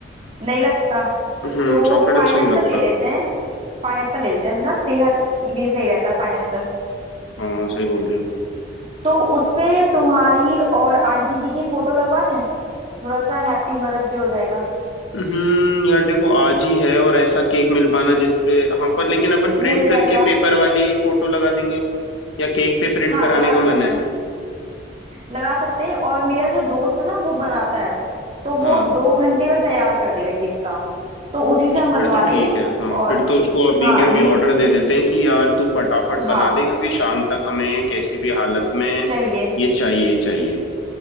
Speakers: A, on the right; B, on the left.
A: नहीं लगता
B: हम्म
A: तो
B: चॉकलेट
A: पाइनएप्पल
B: अच्छा नहीं लगता
A: ले लेते हैं पाइनएप्पल ले लेते हैं ना सेहत की भी सही रहता है पाइनएप्पल।
B: हाँ सही बोल रही हो
A: तो उसपे तुम्हारी और आंटी जी की फोटो लगवा दें थोड़ा सा हैप्पी मदर्स डे हो जाएगा
B: हम्म यार देखो आज ही है और ऐसा केक मिल पाना जिसपे हाँ पर लेकिन अपन प्रिंट
A: मिल जाएगा
B: करके पेपर वाली फोटो लगा देंगे या केक पे प्रिंट
A: हाँ
B: कराने
A: लगा
B: का
A: सकते
B: मन है
A: हैं लगा सकते हैं और मेरा जो दोस्त है ना वो बनाता है तो वो
B: हाँ
A: दो घंटे में तैयार कर देगा ये काम तो उसी
B: अच्छा
A: से हम बनवा
B: फिर तो
A: लेंगे
B: ठीक है हाँ
A: और
B: फिर तो उसको अभी
A: हाँ
B: के अभी
A: रीज
B: ऑर्डर दे देते हैं कि यार तू फटाफट बना
A: हाँ
B: दे क्योंकि शाम तक हमें कैसी भी हालत में
A: चाहिए
B: ये चाहिए चाहिए